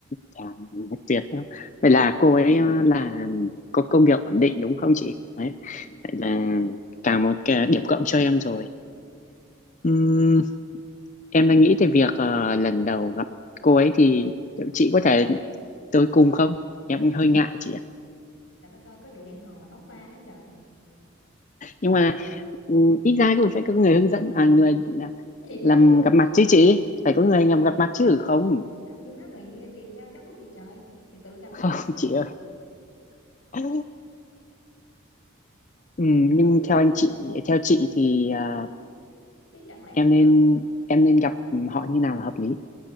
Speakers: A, on the left (about 35°); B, on the left (about 75°).
A: chà nhất tuyệt đâu vậy là cô ấy ờ, là có công việc ổn định đúng không chị đấy
B: ừ.
A: vậy là cả một cái điểm cộng cho em rồi Ừm, em đang nghĩ về việc ờ, lần đầu gặp cô ấy thì liệu chị có thể tới cùng không em cũng hơi ngại chị ạ
B: là đó coi có vụ hẹn hò mà tống ba hả trời
A: nhưng mà ừm, ít ra cũng phải có người hướng dẫn à người à,
B: gì
A: làm
B: vậy
A: gặp mặt chứ chị phải có người làm gặp mặt chứ
B: Ê,
A: không
B: làm như má mày tiền trao cháo múc vậy trời thì tự gặp
A: không
B: nhau
A: <laughs>
B: đi
A: chị ơi ừ, nhưng
B: Ừ, tự-
A: theo anh chị theo chị thì à,
B: chứ chẳng lẽ
A: em nên
B: giờ
A: em nên gặp họ như nào là hợp lý